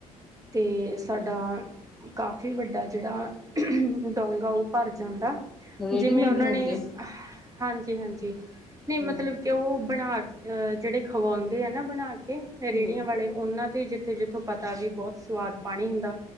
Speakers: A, on the right (about 20°); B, in the centre.
A: ਤੇ ਸਾਡਾ ਕਾਫੀ ਵੱਡਾ ਜਿਹੜਾ, ਡੋਂਗ ਆ ਉਹ ਭਰ ਜਾਂਦਾ
B: ਰੇਡੀਮੇਡ
A: ਜਿਵੇਂ ਉਹਨਾਂ
B: ਲਿਆਂਦੇ
A: ਨੇ, ਹਾਂਜੀ ਹਾਂਜੀ, ਨਹੀਂ ਮਤਲਬ
B: ਹੂੰ
A: ਕਿ ਉਹ ਬਣਾ ਅ ਜਿਹੜੇ ਖਵਾਉਂਦੇ ਆ ਨਾ ਬਣਾ ਕੇ ਰੇਹੜੀਆਂ
B: ਹੂੰ
A: ਵਾਲੇ, ਉਹਨਾਂ ਤੇ ਜਿੱਥੇ ਜਿੱਥੋਂ ਪਤਾ ਵੀ ਬਹੁਤ ਸਵਾਦ ਪਾਣੀ ਹੁੰਦਾ,